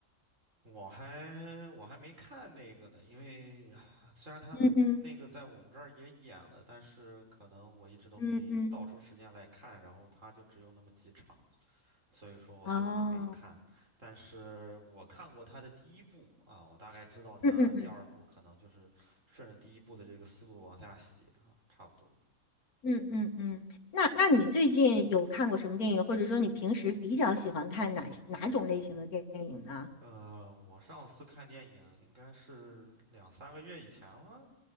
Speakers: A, on the right; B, on the left.
A: 哼，我还我还没看那个呢，因为啊虽然他的那个在我们这儿也演了，
B: 嗯嗯
A: 但是可能我一直都没倒出时间来看，
B: 嗯嗯，
A: 然后他就只有那么几场，所以说我最后就没看。
B: 哦，
A: 但是我看过他的第一部啊，我大概知道他第二部可能就是顺着第一部的这个思路往下写啊，
B: 嗯嗯嗯。
A: 差不多。
B: 嗯嗯嗯，那那你最近有看过什么电影，或者说你平时比较喜欢看哪哪种类型的电影呢？
A: 呃，我上次看电影应该是两三个月以前了。